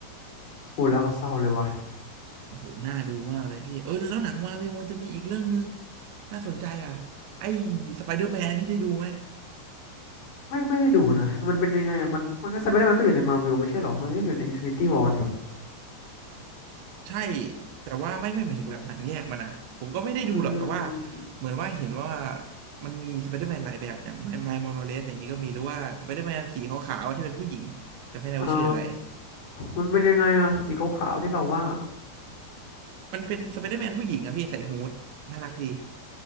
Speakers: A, on the left; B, on the right.
A: พูดแล้วก็เศร้าเลยวะ
B: โอ้โหน่าดูมากเลยพี่เออแล้วหนังมาเวลมันจะมีอีกเรื่องหนึ่งน่าสนใจอ่ะไอ้สไปเดอร์แมนพี่ได้ดูไหม
A: ไม่ไม่ได้ดูนะมันเป็นยังไงอะมันมันก็สไปเดอร์แมนก็อยู่ในมาร์เวลไม่ใช่หรอมันก็อยู่ในอินฟินิตี้วอร์นี่
B: ใช่แต่ว่าไม่ไม่หมายถึงแบบหนังแยกมานะผมก็ไม่ได้ดูหรอกแต่ว่า
A: อืม
B: เหมือนว่าเห็นว่ามันมีสไปเดอร์แมนหลายแบบอย่างไมไมล์มอราเลสอย่างนี้ก็มีหรือว่าสไปเดอร์แมนสีขาวๆที่เป็นผู้หญิงจำไม่ได้ว่าชื่ออะไร
A: อ๋อมันเป็นยังไงอะสีขาวๆที่เราว่า
B: มันเป็นสไปเดอร์แมนผู้หญิงอะพี่ใส่ฮู้ดน่ารักดี